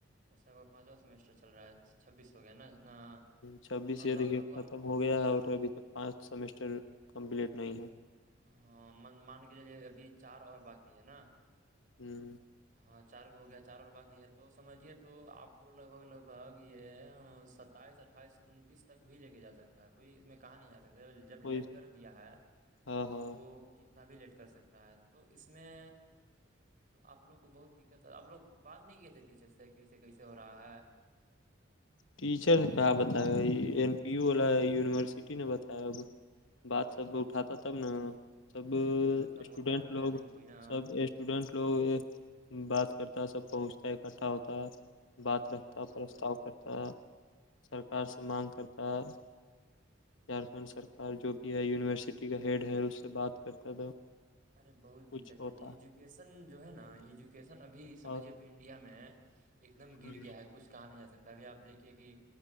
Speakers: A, on the right; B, on the left.
A: اس میں پانچواں سیمیسٹر چل رہا ہے چھبیس ہو گیا نا نہ
B: چھبیس
A: ہاں
B: یہ
A: تو
B: دیکھیے
A: آپ لوگ کو ہم
B: ختم ہو گیا ہے
A: ہم
B: اور ابھی تک پانچ سمیسٹر کمپلیٹ نہیں ہے
A: ہاں مان کے چے ابھی چار اور باقی ہے نا
B: <inaudible>
A: ہاں چار گو ہو گیا چار اور باقی ہے تو سمجھیے تو آپ کو لگ بھگ لگ بھگ یہ س اائیس اٹھائیس انتیس تک بھی لے کے جا سکتا ہے کوئی اس میں کہا نہیں جاتا ستے جب لیٹ
B: وہی
A: کر دیا ہے
B: ہاں ہاں
A: تو کتنا بھی لیٹ کر سکتا ہے تو اس میں آپ لوگ کو بہت دقت ہے آپ لوگ بات نہیں کی تھے ٹیچر سے کہ کیسے کیسے ہو رہا ہے
B: ٹیچر کہ بتائے گا یہ این پی یو والا یونیورسٹی نے بتایا بات سب اٹھاتا تب نا سب
A: وہ مطلب
B: اسٹوڈینٹ
A: مدعا اٹھایا
B: لوگ
A: نہیں کوئی نا
B: سب اسٹوڈینٹ لوگ بات کرتا ہے سب پہنچتا ہے اکٹھا ہوتا ہے بات رکھتا
A: ہاں
B: ہے
A: تب
B: پرستتاؤ
A: نا
B: کرتا ہے سرکار سے مانگ کرتا ہے جھارکھنڈ سرکار جو بھی ہے یونیورسٹی کا ہیڈ ہے اس سے بات کرتا تھا
A: ارے بہت
B: کچھ
A: دقت
B: ہوتا
A: ہے جی ایجوکیشن جو ہے نا ایجوکیشن ابھی سمجھیے
B: اور
A: تو انڈیا میں ایک دم
B: ہ
A: گر گیا ہے کچھ کہا نہیں جا سکتا ابھی آپ دیکھیے کہ